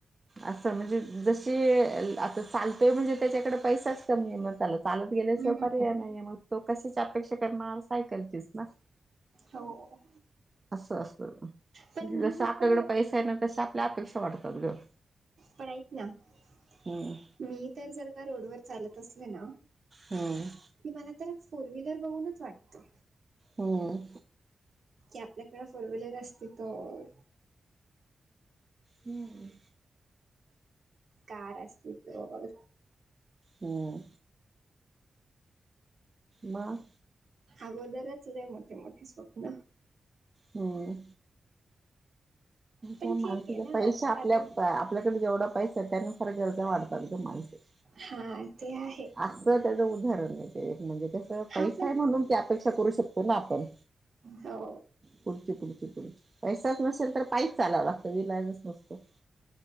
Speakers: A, on the right (about 25°); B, on the right (about 55°).
A: असं म्हणजे जशी आता चालतोय म्हणजे त्याच्याकडे पैसाच कमी ये म त्यालाच चालत गेल्या
B: हं,
A: शिवाय पर्याय नाहीये, मग तो कशाची अपेक्षा सायकलचीच ना.
B: हो,
A: असं असंत
B: पण मी
A: जसं
B: जर
A: आपल्याकडे
B: का
A: पैसा आहे, ना तशा आपल्या अपेक्षा वाढतात गं.
B: पडायच ना <unintelligible>
A: हम्म,
B: मी तर जर का रोडवर चालतं असले ना
A: हं,
B: कि मला तर फोर व्हीलर बघूनच वाटतं
A: हम्म,
B: कि आपल्याकडं फोर व्हीलर असती तर
A: हम्म,
B: कार असते तर
A: हम्म मग
B: अगोदरच लैय मोठी -मोठीे स्वप्न.
A: हम्म,
B: पण
A: मालकिचा
B: ठीक आहे ना
A: पैसा
B: आता
A: आपल्या,
B: माझं
A: आपल्याकडे जेवढा पैसा त्यानुसार गरजा वाढतात का माणसाचे
B: हा ते आहे
A: असं. त्याच उदाहरण आहे ते म्हणजे कस पैसा
B: हा पण
A: आहे, म्हणून त अपेक्षा करू ना आपण.
B: हो
A: पुढची, पुढची, पुढची पैसाच नसेल तर पायीचं चालावं लागतं विलाजच नसतो.